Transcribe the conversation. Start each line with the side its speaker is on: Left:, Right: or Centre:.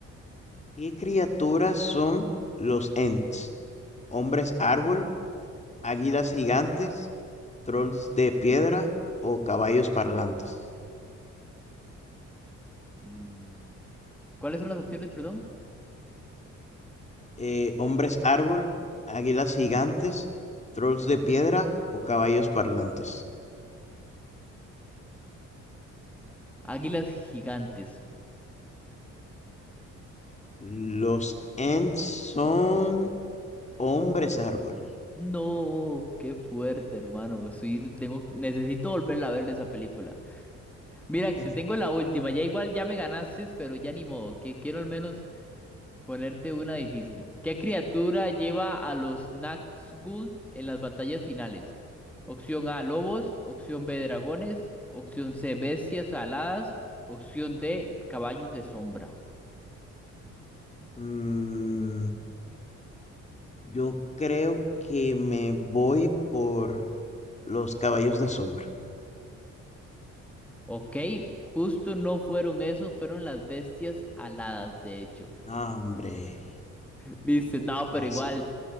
Left: ¿Qué criaturas son los Ents? ¿Hombres árbol, águilas gigantes, trolls de piedra o caballos parlantes?
Centre: Mm, ¿Cuáles son las opciones, perdón?
Left: Eh, ¿hombres árbol, águilas gigantes, trolls de piedra o caballos parlantes?
Centre: Águilas gigantes.
Left: Los Ents son hombres árbol.
Centre: No, qué fuerte, hermano. Sí, tengo, necesito volverla a ver esa película. Mira,
Left: <laughs>
Centre: te tengo la última. Ya igual ya me ganaste, pero ya ni modo, que quiero al menos ponerte una difícil. ¿Qué criatura lleva a los Nazgûl en las batallas finales? Opción A, lobos. Opción B, dragones. Opción C, bestias aladas. Opción D, caballos de sombra.
Left: Mm, yo creo que me voy por los caballos de sombra.
Centre: Ok, justo no fueron eso, fueron las bestias aladas, de hecho.
Left: No, hombre,
Centre: <laughs> Viste, no, pero
Left: casi.
Centre: igual.